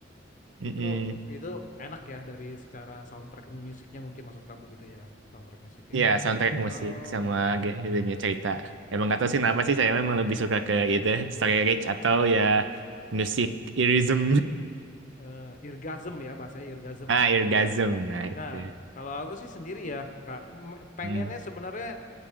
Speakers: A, on the right; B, on the left.
A: mm
B: Itu itu enak ya dari secara soundtrack musiknya mungkin maksud kamu gitu ya, soundtrack musiknya.
A: Ya, soundtrack
B: Oh,
A: musik sama
B: ya
A: ge- itunya cerita. Emang nggak tahu sih kenapa sih saya memang lebih suka ke itu story rich atau ya musik irism.
B: eh irgasm ya bahasanya irgasm
A: <laughs> ah,
B: itu, itu
A: orgasm.
B: ya.
A: Nah, itu.
B: Nah, kalau aku sih sendiri ya, Kak, m- pengennya
A: Hmm,
B: sebenarnya